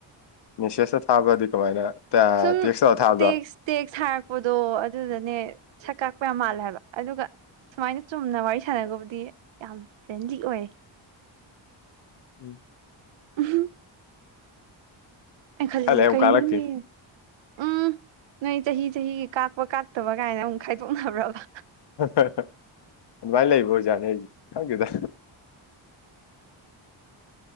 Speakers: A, on the left (about 60°); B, on the right (about 70°).
A: ꯃꯦꯁꯦꯁꯇ ꯊꯥꯕꯗꯤ ꯀꯃꯥꯏꯅ ꯑꯦ
B: ꯁꯨꯝ
A: ꯇꯦꯛꯁ ꯇꯧꯔ ꯊꯥꯕꯗꯣ
B: ꯇꯦꯛꯁ ꯇꯦꯛꯁ ꯊꯔꯛꯄꯗꯣ ꯑꯗꯨꯗꯅꯦ ꯁꯛ ꯀꯥꯛꯄ ꯌꯥꯝ ꯃꯥꯜꯂꯦ ꯍꯥꯏꯕ ꯑꯗꯨꯒ ꯁꯨꯃꯥꯏꯅ ꯆꯨꯝꯅ ꯋꯥꯔꯤ ꯁꯥꯟꯅꯒꯕꯨꯗꯤ ꯌꯥꯝ ꯐ꯭ꯔꯦꯟꯂꯤ ꯑꯣꯏ
A: <inaudible>
B: ꯎꯝꯍꯨꯝ ꯑꯩꯅ ꯈꯜꯂꯤꯖꯦ
A: ꯈꯔ ꯂꯩꯔ ꯑꯃꯨꯛ
B: ꯀꯩꯅꯣꯅꯦ
A: ꯀꯥꯜꯂꯛꯈꯤꯅꯤ
B: ꯎꯝ ꯅꯣꯏ ꯆꯍꯤ ꯆꯍꯤꯒꯤ ꯀꯥꯛꯄ ꯀꯥꯛꯇꯕ ꯀꯥꯏꯅ ꯑꯃꯨꯛ ꯈꯥꯏꯗꯣꯛꯅꯕ꯭ꯔꯥꯕ
A: ꯍꯥꯍꯥ ꯑꯗꯨꯃꯥꯏꯅ ꯂꯩꯕ ꯑꯣꯖꯥꯠꯅꯦ ꯑꯩꯖꯦ ꯈꯪꯗꯦꯗ